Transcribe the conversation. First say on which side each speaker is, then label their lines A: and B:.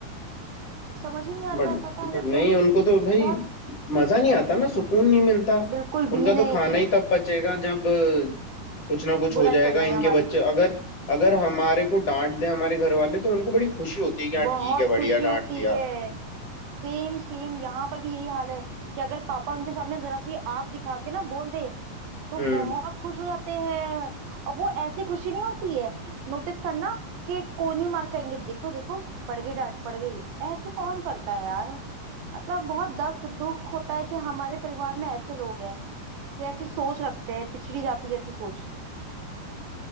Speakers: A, on the right (about 75°); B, on the left (about 40°).
A: समझ ही नहीं आता
B: बट
A: पता नहीं
B: बट नहीं
A: क्यों
B: उनको तो भाई
A: बहुत
B: मजा नहीं आता ना सुकून नहीं मिलता
A: बिल्कुल
B: उनका
A: भी नहीं
B: तो खाना ही तब पचेगा जब अ, कुछ ना कुछ
A: बुराई
B: हो जाएगा
A: कर लेंगे
B: इनके
A: हमारी
B: बच्चे अगर अगर हमारे को डांट दे हमारे घर वाले तो उनको बड़ी खुशी होती है कि हाँ
A: बहुत
B: ठीक है बढ़िया
A: खुशी होती
B: डांट दिया
A: है सेम सेम यहाँ पर भी यही हाल है कि अगर पापा उनके सामने जरा सी आग दिखा के ना बोल दे तो
B: हम्म
A: बहुत खुश हो जाते हैं और वो ऐसी खुशी नहीं होती है नोटिस करना कि कोनी मार कहेंगे देखो देखो पड़ गई डांट पड़ गई ऐसे कौन करता है यार मतलब बहुत दख दुख होता है कि हमारे परिवार में ऐसे लोग हैं कि ऐसी सोच रखते हैं पिछड़ी जाति जैसी सोच